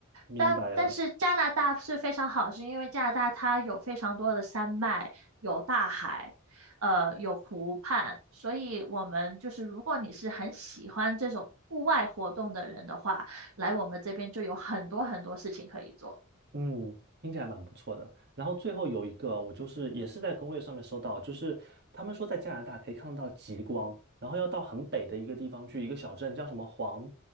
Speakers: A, on the right; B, on the right.
A: 明白了。
B: 但但是加拿大是非常好，是因为加拿大它有非常多的山脉，有大海，呃，有湖畔，所以我们就是如果你是很喜欢这种户外活动的人的话，来我们这边就有很多很多事情可以做。
A: 嗯，听起来蛮不错的。然后最后有一个，我就是也是在攻略上面搜到，就是他们说在加拿大可以看得到极光，然后要到很北的一个地方去，一个小镇叫什么黄